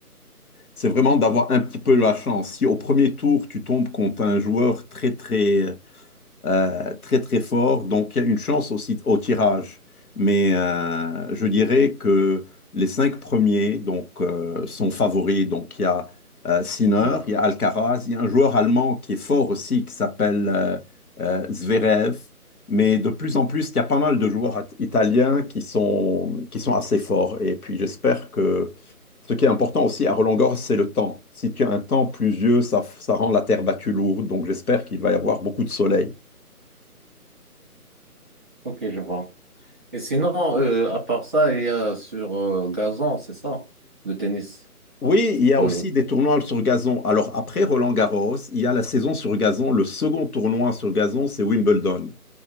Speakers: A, on the left; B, on the right.
A: c'est vraiment d'avoir un petit peu la chance. Si au premier tour, tu tombes contre un joueur très, très, euh, très très fort, donc il y a une chance aussi au tirage. Mais euh, je dirais que les cinq premiers donc, euh, sont favoris. Donc il y a euh, Sinner,
B: Mm.
A: il y a Alcaraz, il y a un joueur allemand qui est fort aussi, qui s'appelle euh, euh, Zverev. Mais de plus en plus, il y a pas mal de joueurs at- italiens qui sont, qui sont assez forts. Et puis j'espère que ce qui est important aussi à Roland-Garros, c'est le temps. Si tu as un temps pluvieux, ça, ça rend la terre battue lourde. Donc j'espère qu'il va y avoir beaucoup de soleil.
B: Ok, je vois. Et sinon, euh, à part ça, il y a sur euh, gazon, c'est ça, le tennis.
A: Oui, il y a
B: Euh,
A: aussi des tournois sur gazon. Alors après Roland-Garros, il y a la saison sur gazon. Le second tournoi sur gazon, c'est Wimbledon.